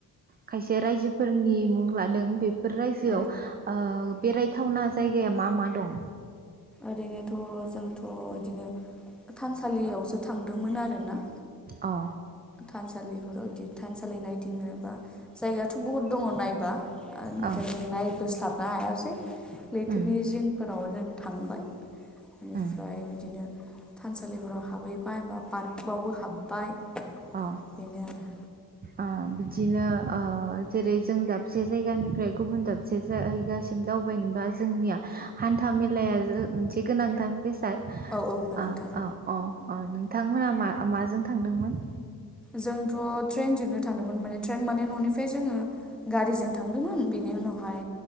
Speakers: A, on the right; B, in the centre.
A: खायसे रायजोफोरनि मुं लादों बे बेफोर रायजोआव
B: औ
A: ओ बेरायथावना जायगाया मा मा दं?
B: ओरैनोथ' जोंथ' बिदिनो थानसालियावसो थांदोंमोन आरोना।
A: अ।
B: थानसालिफोराव बिदि थानसालि नायदिंनो बा जायगायाथ' बहुद दङ नायबा। आरो नाथाय
A: औ
B: जों नायबोस्लाबनो हायासै लैथोनि
A: उम
B: जिंफोराव जों थांबाय। बेनिफ्राय
A: उम
B: बिदिनो थानसालिफोराव हाबहैबाय बा पार्क बावबो हाब्बाय।
A: अ
B: बेनो आरो।
A: ओ बिदिनो जेरै जों दाबसे जायगानिफ्राय गुबुन दाबसे जायगासिम दाव बायनोबा जोंनिया हान्था मेलाया मोनसे गोनांथार बेसाद।
B: औ गोनांथार
A: औ औ। अ नोंथांमोना मा माजों थांदोंमोन?
B: जोंथ' ट्रेइनजोंनो थांदोंमोन माने ट्रेइन माने न'निफ्राय जोङो गारिजों थांदोंमोन, बेनि उनावहाय